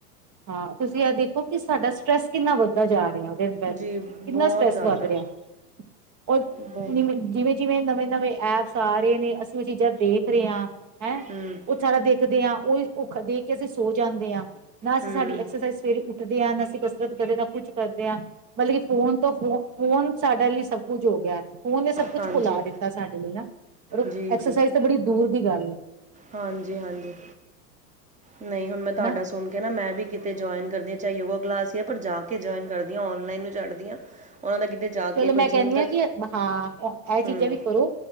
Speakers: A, on the right (about 35°); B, on the right (about 15°).
A: ਹਾਂ, ਤੁਸੀਂ ਆ ਦੇਖੋ, ਕਿ ਸਾਡਾ ਸ੍ਟ੍ਰੈਸ ਕਿੰਨਾ ਵੱਧਦਾ ਜਾ ਰਿਹਾ ਵੇ।
B: ਜੀ
A: ਕਿੰਨਾ
B: ਬਹੁਤ
A: ਸ੍ਟ੍ਰੈਸ
B: ਜ਼ਿਆਦਾ
A: ਵੱਧ ਰਿਹਾ, ਓਰ,
B: ਹੂੰ
A: ਜਿਵੇਂ, ਜਿਵੇਂ ਜਿਵੇਂ ਨਵੇਂ-ਨਵੇਂ ਐਪਸ ਆ ਰਹੇ ਨੇ, ਅਸੀ ਉਹ ਚੀਜ਼ਾਂ ਦੇਖ ਰਹੇ ਹਾਂ, ਹੈਂ।
B: ਹੂੰ
A: ਸਾਰਾ ਦੇਖਦੇ ਹਾਂ, ਉਹੀ ਉਹ ਦੇਖਕੇ ਅਸੀਂ ਸੌ ਜਾਂਦੇ ਆਂ, ਨਾ ਅਸੀਂ
B: ਹੂੰ
A: ਸਾਡੀ ਐਕਸਰਸਾਈਜ਼ ਸਵੇਰੇ ੳਠਦਿਆਂ, ਨਾ ਅਸੀ ਕਸਰਤ ਕਦੇ ਨਾ ਕੁਝ ਕਰਦੇ ਆਂ, ਮਤਲਬ ਕਿ ਫੋਨ ਤੋਂ ਫੋਨ ਫੋਨ, ਸਾਡੇ ਲਈ ਸਭ ਕੁਝ ਹੋਗਿਆ। ਉਹਨੇ ਸਭ ਕੁਛ
B: ਹਾਂਜੀ
A: ਬੁਲਾ ਦਿੱਤਾ ਸਾਡੇ ਲਈ ਨਾ, ਪਰ
B: ਜੀ
A: ਐਕਸਰਸਾਈਜ਼ ਤਾਂ ਬੜੀ ਦੂਰ ਦੀ ਗੱਲ ਐ।
B: ਹਾਂਜੀ-ਹਾਂਜੀ, ਨਹੀਂ ਹੁਣ ਮੈਂ ਤੁਹਾਡਾ
A: ਨਾ
B: ਸੁਣ ਕਹਿਣਾ, ਮੈਂ ਵੀ ਕਿਤੇ ਜੁਆਇੰਨ ਕਰਦੀ ਚਾਹੇ ਯੋਗਾ ਕਲਾਸ ਹੀ ਪਰ ਜਾਕੇ ਜੁਆਇੰਨ ਕਰਦੀ ਹਾਂ, ਔਨਲਾਈਨ ਨੂੰ ਛੱੜਦੀ ਹਾਂ। ਉਹਨਾਂ ਦਾ ਕਿਤੇ ਜਾ
A: ਚਲੋ
B: ਕੇ ਕੋਈ
A: ਮੈਂ ਕਹਿੰਨੀ
B: ਜਿਮ ਦਾ
A: ਆਂ, ਕਿ ਹਾਂ। ਐ
B: ਹੂੰ
A: ਚੀਜ਼ਾਂ ਵੀ ਕਰੋ